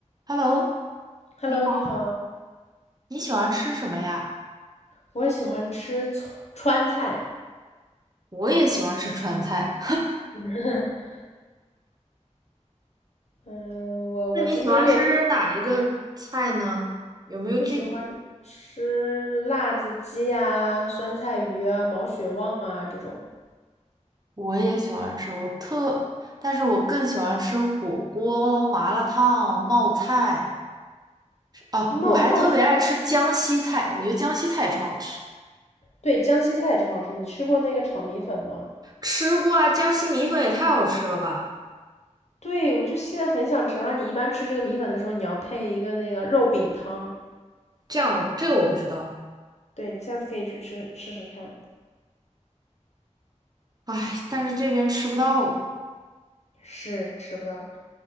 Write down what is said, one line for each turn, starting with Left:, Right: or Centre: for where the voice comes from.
Right: Hello，
Left: Hello，
Right: 你好，
Left: 你好，
Right: 你喜欢吃什么呀？
Left: 我也喜欢吃川川菜。
Right: 我也喜欢吃川菜，
Left: <laughs> 嗯，
Right: <laughs>
Left: 我我今天又
Right: 那你喜欢吃哪一个菜呢？有没有具体？
Left: 我喜欢吃辣子鸡啊、酸菜鱼啊、毛血旺啊这种
Right: 我也喜欢吃，我特，但是我更喜欢吃火锅、麻辣烫、冒菜。啊，
Left: 冒冒菜。
Right: 我还特别爱吃江西菜，我觉得江西菜超好吃。
Left: 对，江西菜也超好吃。你吃过那个炒米粉吗？
Right: 吃过啊，江西米粉也太好吃了吧！
Left: 对，我就现在很想吃。然后你一般吃这个米粉的时候，你要配一个那个肉饼汤。
Right: 这样，这个我不知道。
Left: 对，你下次可以去吃试试看。
Right: 唉，但是这边吃不到。
Left: 是吃不到。